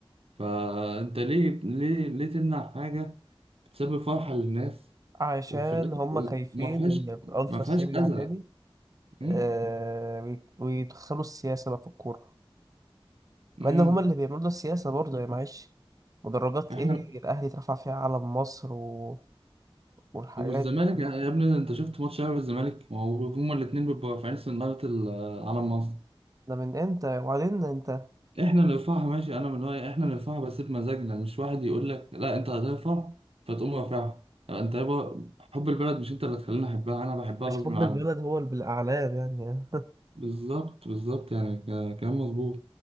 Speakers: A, on the right (about 85°); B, on the right (about 35°).
A: فانت ليه ليه ليه تمنع حاجه بتسبب فرحه للناس
B: عشان
A: وفي الاخر
B: هم
A: وما
B: خايفين
A: فيهاش
B: إن الألتراس
A: ما فيهاش
B: يرجع
A: اذى
B: تاني
A: أمم،
B: آه ويت- ويدخلوا السياسة بقى في الكورة مع
A: أمم.
B: إن هم اللي بيعملوا السياسة برضه يا معلش مدرجات
A: احنا
B: إيه الأهلي اترفع فيها علم مصر و... والحاجات
A: والزمالك
B: دي
A: يا يا ابني انت شفت ماتش الاهلي والزمالك ما هو هما الاثنين بيبقوا رافعين سناره ال- علم مصر
B: ده من إمتى وبعدين أنت
A: احنا اللي ندفعها ماشي انا من رايي احنا اللي ندفعها بس بمزاجنا مش واحد يقول لك لا انت هترفع فتقوم رافعها يعني انت يابا حب البلد مش انت اللي تخليني احبها انا بحبها
B: مش
A: غصب
B: حب
A: عني
B: البلد هو اللي بالأعلام يعني
A: بالظبط بالظبط يعني ك- كلام مظبوط